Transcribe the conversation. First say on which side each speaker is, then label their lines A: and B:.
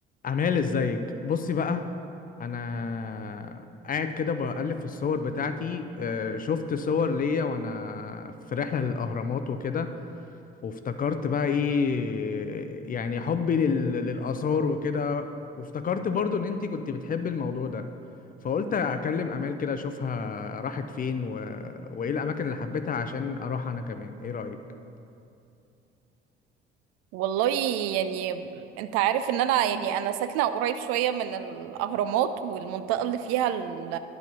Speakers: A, on the left; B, on the right.
A: أمال ازيك بصي بقى انا قاعد كده بقلب في الصور بتاعتي آه، شفت صور ليا وانا في رحلة للأهرامات وكده وافتكرت بقى ايه يعني حبي لل... للآثار وكده وافتكرت برضو ان انتي كنت بتحبي الموضوع ده فقلت اكلم امال كده اشوفها راحت فين و... وايه الاماكن اللي حبيتها عشان اروح انا كمان ايه رأيك
B: والله يعني انت عارف ان انا يعني انا ساكنة قريب شوية من الاهرامات والمنطقة اللي فيها ال-